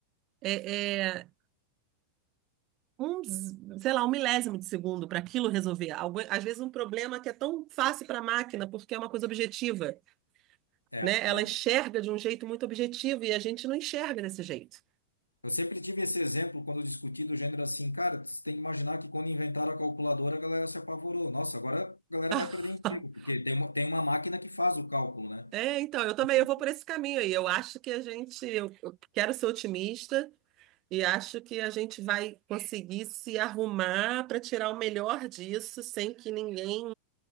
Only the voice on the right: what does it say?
é, é, um, sei lá, um milésimo de segundo para aquilo resolver. Algu- às vezes um problema que é tão fácil para a máquina, porque é uma coisa objetiva,
né? Ela
enxerga de um jeito muito objetivo e a gente não enxerga desse jeito.
<laughs>
É, então, eu também
eu vou por esse caminho aí. Eu acho que a gente, eu, eu quero ser otimista e acho que a gente vai conseguir se arrumar para tirar o melhor disso sem que ninguém